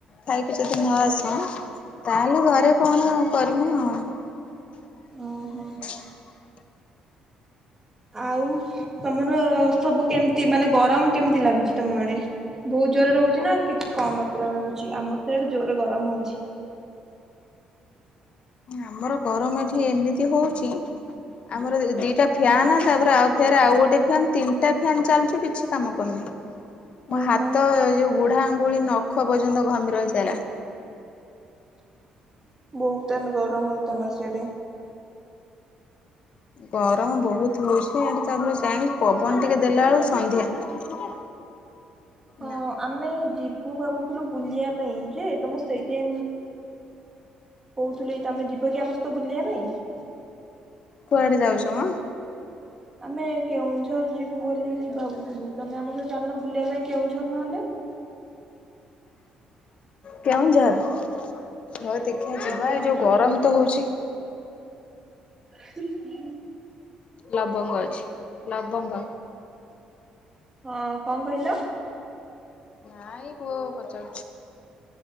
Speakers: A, on the left (about 50°); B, on the right (about 20°).
A: ଖାଇକି ଯଦି ନ ଆସଉ ତାହେଲେ ଘରେ କଣ କରିମି ଆଉ। <inaudible>
B: ଓହୋ ଆଉ ତମର ସବୁ କେମତି ମାନେ ଗରମ କେମିତି ଲାଗୁଛି ତମ ଆଡେ? ବହୁତ ଜୋରରେ ରହୁଛି ନା କିଛି କମ ମାତ୍ରାରେ ରହୁଛି ଆମର ତ ଏଡେ ଜୋରରେ ଗରମ ହଉଛି।
A: ଆମର ଗରମ ଏଠି ଏମିତି ହଉଛି ଆମର ଦିଟା ଫ୍ୟାନ ତାପରେ ଆଉ ଫେରେ ଆଉ ଗୋଟେ ଫାନ ତିନିଟା ଫାନ ଚାଲୁଛି କିଛି କାମ କରୁନି। ମୋ
B: ଓହୋ
A: ହାତ ଯୋଉଡ ବୁଢା ଆଙ୍ଗୁଳି ନଖ ପର୍ଯ୍ୟନ୍ତ ଘମିର ହେଇସାରିଲାଣି।
B: <inaudible> ବହୁତ ଟାଇମ୍ ଗରମ ଅଛି। ତମଲ ସେଟେ
A: ଗରମ ବହୁତ ହଉଛି ଏଠି ତାପରେ ଜା ପବନ ଟିକେ ଦେଲା ବେଳକୁ ସନ୍ଧ୍ୟା।
B: ହଁ
A: ନା
B: ଆମେ ଜି ତୁ ଭାବୁଥିଲୁ ବୁଲିବା ପାଇଁ ଯେ ତମ ସେଇଥି କହୁଥିଲୁ ତମେ ଯିବ କି ଆମସ୍ତ ବୁଲିଆ ପାଇଁ ।
A: କୁଆଡେ ଯାଉଛ ଆଁ?
B: ଆମେ କେଉଁଝର ଯିବୁ ବୋଲି ଭାବୁଥିଲୁ। ତମେ ଆମ ସହି ଚାଲନ ବୁଲିବା ପାଇଁ କେଉଁଝର ନହେଲେ।
A: କେଉଁଝର? ହଁ ଦେଖିବାଆ
B: ହଁ
A: ଯିବା
B: କେଉଁଝର
A: ଏ ଯୋଉ ଗରମ ତ ହଉଛି।
B: ହଁ।
A: ଲବଙ୍ଗ ଅଛି ଲବଙ୍ଗ।
B: ହଁ କଣ କହିଲ? <inaudible>
A: ଭାଇ ପୁଅ ପଚା